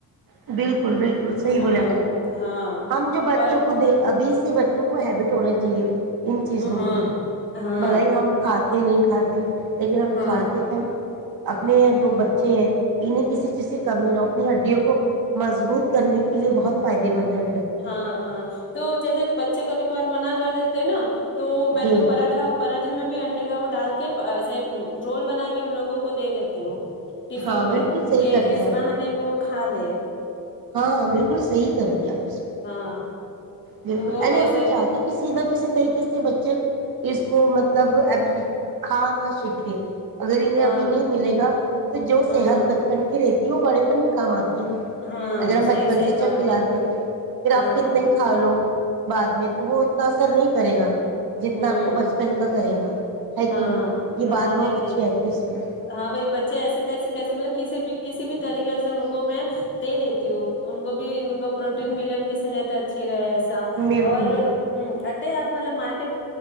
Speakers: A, on the right; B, on the left.
A: بالکل بلکل بالکل صحیح
B: ہاں
A: بولا اپ نے
B: ہاں
A: ہم جو بچوں
B: اور
A: کو دے ابھی سے بچوں کو ہیبٹ ہونا چاہیے ان چیزوں
B: ہاں
A: کی
B: ہاں
A: بھلائی ہم کھاتے نہیں کھاتے لیکن ہم
B: ہاں
A: چاہتے کہ ہم اپنے جو بچے ہے انہیں کسی چیز سے کمی نہ ہو اپنی ہڈیوں کو مضبوط کرنے کے لیے بہت فائدے مند ہیں
B: ہاں ہاں تو جیسے بچے کا بھی ایک بار من کر دیتے نا تو میں
A: جی
B: تو پراٹھا پراٹھے میں بھی انڈے وہ ڈال کے رول بنا کے ان لوگوں کو دے دیتے ہو ٹفن
A: ہاں
B: میں
A: بالکل صحیح
B: کہ
A: کرتے
B: اس
A: ہیں آپ،
B: بہا نے وہ کھالے
A: ہاں بالکل صحیح کرتی آپ اس
B: ہاں
A: بالکل
B: تو وہ
A: ارے
B: ایسے
A: ہم چاہتے کسی نہ کسی طریقے کسی بچے اس کو مطلب اب کھا نہ سیکھے اگر انہیں
B: ہاں
A: ابھی نہیں ملے گا تو جو
B: ہاں
A: صحت بچپن کی رہتی یہ بڑے پن میں کام آتے ہے نا
B: ہاں
A: اگر ہم
B: صحیح
A: بچپن
B: صحیح
A: سے اچھا
B: کہا
A: کھلاتے ہیں تو پھر
B: ہاں
A: آپ کت نہیں کھا لو بعد میں تو وہ اتنا اثر نہیں کرے گا جتنا
B: ہمم
A: آپ کو بچپن کا کرے گا ہے
B: ہاں
A: کہ نہیں یہ
B: ہاں
A: بات بہت
B: نہیں
A: اچھی
B: نہیں
A: آتی ہے اس میں
B: ہاں وہی بچے ایسے تھے ایسے کیسے مطلب کسی بھی کسی بھی طریقے سے ان کو میں دے دیتی ان کو بھی ان کو پروٹین ملے ان کی صحت اچھی ہے گیا ایسا
A: بالکل
B: اور ہمم انڈے آپ مطلب مارک